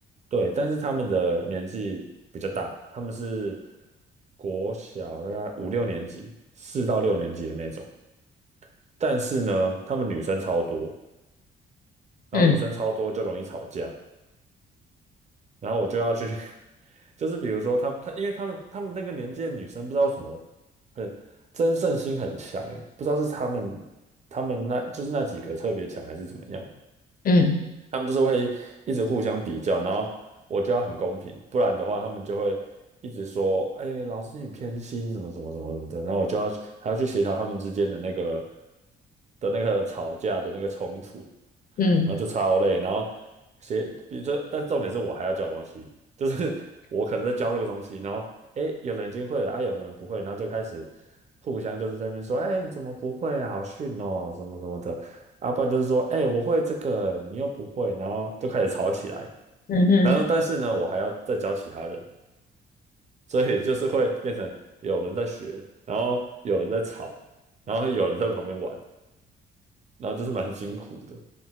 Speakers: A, on the right (about 35°); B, on the left (about 45°).
A: 对，但是他们的年纪比较大，他们是国小大概五六年级，四到六年级的那种，但是呢，他们女生超多，然后女生超多就容易吵架，
B: 嗯
A: 然后我就要去，<laughs> 就是比如说他他，因为他们他们那个年纪的女生不知道什么争胜心很强诶，不知道是他们他们那就是那几个特别强还是怎么样。
B: 嗯
A: 他们就是会一直互相比较，然后我就要很公平，不然的话他们就会一直说，哎，老师你偏心什么什么什么什么的，然后我就要还要去协调他们之间的那个的那个吵架的那个冲突。
B: 嗯
A: 然后就超累，然后写，比如说，但重点是我还要教东西，就是 <laughs> 我可能在教这个东西，然后诶，有人已经会了啊，有人不会，然后就开始互相就是在那边说，哎，你怎么不会啊？好逊哦，什么什么的，啊，不然就是说，哎，我会这个，你又不会，然后就开始吵起来，
B: 嗯哼，
A: 然后但是呢，我还要再教其他人，所以就是会变成有人在学，然后有人在吵，然后有人在旁边玩，然后就是蛮辛苦的，